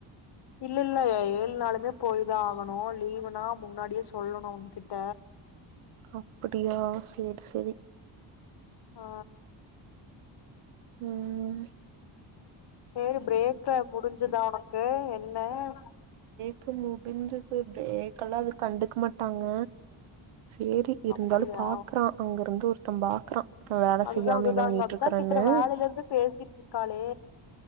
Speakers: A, on the left (about 55°); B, on the right (about 80°).
A: இல்ல இல்ல ஏழு நாளுதா போய்தா ஆகணு லீவுனா முன்னாடியே சொல்லணு அவுங்கிட்ட
B: அப்டியா செரி செரி
A: ஆ
B: உம்
A: செரி பிரேக்ல முடிஞ்சுதா உனக் கா என் <unintelligible>
B: இப்ப முடிஞ்சுது பிரேக்கெல்லா அது கண்டுக்க மாட்டாங்க செரி இருந்தாலு
A: அப்படியா
B: பாக்குறா அங்ககருந்து ஒரு தம் பாக்குறா நா வேல
A: அதுதா
B: செய்யாம
A: அதுதாங்க
B: என்ன பண்ணிட்டு
A: அதா
B: இருக்கறேன்னு
A: கேக்குற வேலைல இருந்து பேசிட்டு இரு காலே